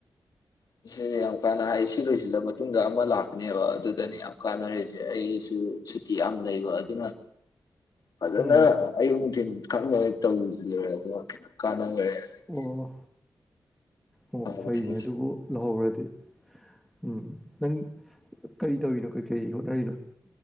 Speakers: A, on the left; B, in the centre.
A: ꯁꯤꯁ ꯌꯥꯝ ꯀꯥꯟꯅ ꯍꯥꯏ ꯁꯤ ꯂꯣꯏꯁꯤꯜꯂ ꯃꯇꯨꯡꯗ ꯑꯃ ꯂꯥꯛꯀꯅꯦꯕ ꯑꯗꯨꯗꯅꯤ ꯌꯥꯝ ꯀꯥꯟꯅꯔꯦꯁꯦ ꯑꯩꯁꯨ ꯑꯗꯨ ꯁꯨꯇꯤ ꯌꯥꯝ ꯂꯩꯕ ꯑꯗꯨꯅ ꯐꯖꯅ
B: ꯎꯝ
A: ꯑꯌꯨꯛ ꯅꯨꯡꯊꯤꯤꯟ ꯈꯪꯅꯕꯩ ꯇꯧꯁꯤ ꯂꯣꯏꯔꯦ ꯑꯗꯨꯒ ꯈꯤꯇꯪ ꯀꯥꯟꯅꯈ꯭ꯔꯦ ꯑꯗꯒꯤ
B: ꯑꯣ ꯑꯣ
A: ꯐꯕꯅꯦ
B: ꯐꯩꯅꯦ
A: ꯃꯣꯏꯁꯦ
B: ꯑꯗꯨꯕꯨ ꯂꯧꯍꯧꯔꯗꯤ ꯎꯝ ꯅꯪ ꯀꯔꯤ ꯇꯧꯔꯤꯅꯣ ꯀꯩ ꯀꯔꯤ ꯍꯣꯠꯅꯔꯤꯅꯣ